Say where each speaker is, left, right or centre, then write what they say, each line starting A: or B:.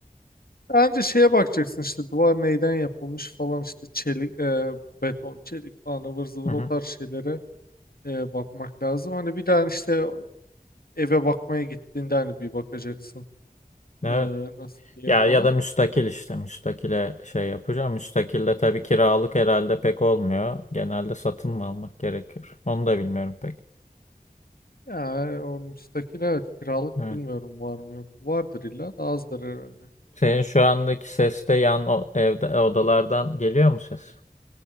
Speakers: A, on the left; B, on the left.
A: Bence şeye bakacaksın işte duvar neyden yapılmış falan işte çelik, e, beton, çelik falan ıvır zıvır
B: Hı
A: o
B: hı.
A: tarz şeylere e, bakmak lazım. Hani bir daha işte eve bakmaya gittiğinde hani bir bakacaksın
B: Evet.
A: e, nasıl diye
B: Ya
A: falan.
B: ya da müstakil işte müstakile şey yapacağım. Müstakilde tabii kiralık herhalde pek olmuyor. Genelde satın mı almak gerekiyor? Onu da bilmiyorum pek.
A: Yani o müstakil evet kiralık
B: Evet.
A: bilmiyorum var mı yok. mu? Vardır illa da azdır herhalde.
B: Senin şu andaki ses de yan o- evde odalardan geliyor mu ses?